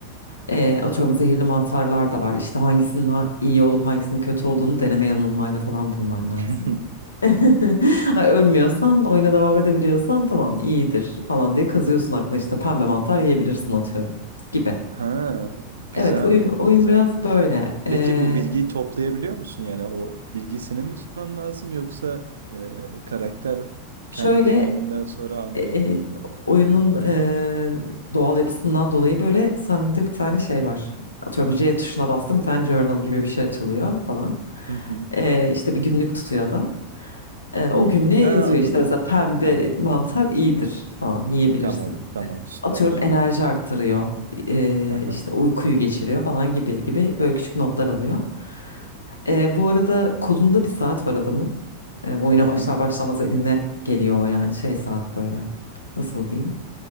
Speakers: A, on the left; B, on the right.
A: Eee, atıyorum zehirli mantarlar da var. İşte hangisinin ha- iyi olup hangisinin kötü olduğunu deneme yanılmayla falan bulman
B: <laughs>
A: lazım. <laughs> Ölmüyorsan, oyuna devam edebiliyorsan tamam iyidir falan diye kızıyorsun aklına işte pembe mantar yiyebilirsin atıyorum gibi.
B: Ha, güzel,
A: Evet oyun, oyun
B: güzel.
A: biraz böyle. Ee,
B: Peki bu bilgiyi toplayabiliyor musun? Yani o bilgiyi senin mi tutman lazım yoksa e, karakter
A: şöyle
B: kendi deneyiminden sonra anlayabiliyor
A: e, e,
B: mu bunu?
A: oyunun e, doğal yapısından dolayı böyle sende bir tane şey var. Atıyorum J tuşuna bastım bir tane journal gibi bir şey açılıyor falan.
B: Hı hı.
A: Ee, işte bir günlük tutuyor adam. Ee, o
B: Hımm.
A: günlüğe
B: Ha,
A: yazıyor
B: anladım.
A: işte mesela pembe
B: Tamam.
A: mantar iyidir falan yiyebilirsin
B: Tamam, tamam, süper.
A: atıyorum enerji
B: Bak.
A: arttırıyor, eee,
B: Hı hı.
A: işte uykuyu geçiriyor falan gibi gibi böyle küçük notlar alıyor. Eee, bu arada kolunda bir saat var adamın. Eee, oyuna
B: Hı hı.
A: başlar başlamaz eline geliyor o yani şey saat böyle. Nasıl diyeyim?